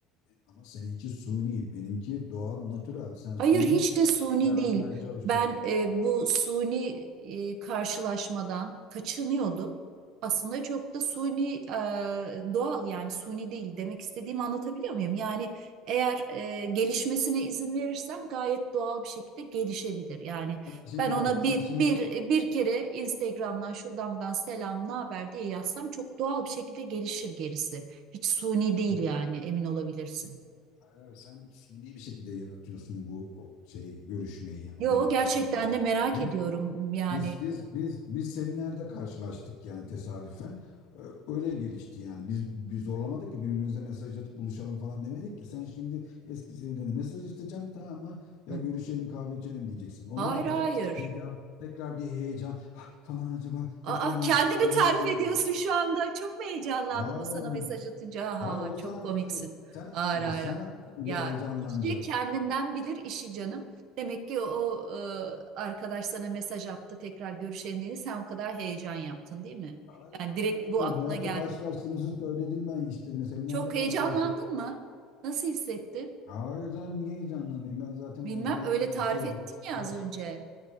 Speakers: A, on the left; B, on the right.
A: Ama seninki suni, benimki doğal, natürel. Sen suni
B: Hayır hiç de suni
A: yaratmaya
B: değil.
A: çalışıyorsun.
B: Ben e, bu suni e, karşılaşmadan kaçınıyordum. Aslında çok da suni e, doğal yani suni değil demek istediğimi anlatabiliyor muyum? Yani eğer e, gelişmesine izin verirsen gayet doğal bir şekilde gelişebilir. Yani
A: Sen şimdi
B: ben ona
A: bak, sen
B: bir
A: şimdi
B: bir
A: o-
B: bir kere Instagram'dan şuradan buradan selam ne haber diye yazsam çok doğal bir şekilde gelişir gerisi. Hiç suni değil
A: bir-
B: yani emin olabilirsin.
A: hayır, hayır, sen suni bir şekilde yaratıyorsun bu o şeyi, görüşmeyi. ya- O
B: Yo
A: demek
B: gerçekten
A: istiyorum yani.
B: de merak
A: Biz
B: ediyorum yani.
A: biz biz biz seminerde karşılaştık yani tesadüfen. Ee, Öyle gelişti yani. Biz biz zorlamadık ki birbirimize mesaj atıp buluşalım falan demedik ki. Sen şimdi eski sevgiline mesaj atacaksın tamam mı? Ya
B: Hı.
A: görüşelim kahve içelim diyeceksin. O
B: Hayır
A: ne yapacak?
B: hayır.
A: Heyecan. Tekrar bir heyecan "Ah, falan acaba tekrar
B: Aa,
A: han-
B: kendini
A: hanım
B: tarif
A: bana.
B: ediyorsun şu anda. Çok mu heyecanlandın
A: Hayır.
B: o sana mesaj atınca? Ha
A: Hayır
B: ha ha
A: o sana
B: çok komiksin.
A: mesaj sen atınca
B: Hayır hayır.
A: sen atınca
B: Ya
A: heyecanlanacak.
B: kişi kendinden bilir işi canım. Demek ki o, o, e, arkadaş sana mesaj attı tekrar görüşelim diye sen o kadar heyecan yaptın değil mi?
A: Hayır
B: Yani
A: bak
B: direkt
A: nerede
B: bu
A: kız
B: aklına
A: nerede
B: geldi.
A: karşılaştığımızı söyledim ben işte mesela nerede
B: Çok
A: karşılaştık.
B: heyecanlandın mı? Nasıl hissettin?
A: Hayır canım niye heyecanlanayım? Ben zaten
B: Bilmem
A: orada
B: öyle tarif
A: e, şey
B: ettin ya
A: baş
B: az önce.